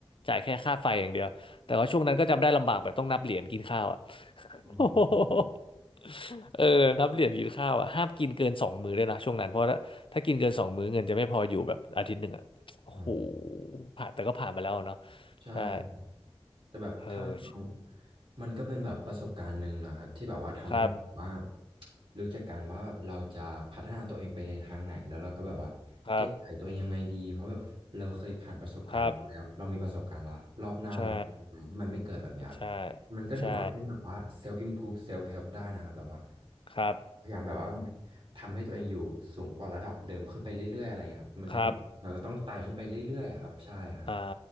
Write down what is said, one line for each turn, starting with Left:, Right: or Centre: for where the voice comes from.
Left: จ่ายแค่ค่าไฟอย่างเดียวแต่ว่าช่วงนั้นก็จำได้ลำบากแบบต้องนับเหรียญกินข้าวอ่ะ
Right: โอ๋อ
Left: โอ้โหเออนับเหรียญกินข้าวอ่ะห้ามกินเกินสองมื้อเลยนะช่วงนั้นเพราะถ้าถ้ากินเกินสองมื้อเงินจะไม่พออยู่แบบอาทิตย์หนึ่งอ่ะโอ้โห
Right: ค
Left: ผ่านแต่ก็ผ่านมาแล้วเนาะ
Right: ใช่
Left: ใช่
Right: แต่แบบถ้าของ
Left: เออ
Right: มันก็เป็นแบบประสบการณ์หนึ่งนะครับที่แบบว่าทำให้เราแบบว่า
Left: ครับ
Right: รู้จักการว่าแบบเราจะพัฒนาตัวเองไปในทางไหนแล้วเราก็แบบว่าแก้ไขตัวเองยังไงดีเพราะแบบเราเคยผ่านประสบการณ์นี้มาแล้วเรามีประสบการณ์ละรอบหน้าเราจะทำยังไงให้มันไม่เกิดแบบเนี้ยครับ
Left: ครับครับใช่ใช่
Right: มันก็ถือว่าเป็นแบบว่า
Left: ใช่
Right: self improve self help ได้นะครับแบบว่า
Left: ครับ
Right: พยายามแบบว่าทำให้ตัวเองอยู่สูงกว่าระดับเดิมขึ้นไปเรื่อยๆอะไรเงี้ยครับมันก็เหมือนเราก็ต้องไต่ขึ้นไปเรื่อยๆอะครับใช่ครับ
Left: ครับอ่า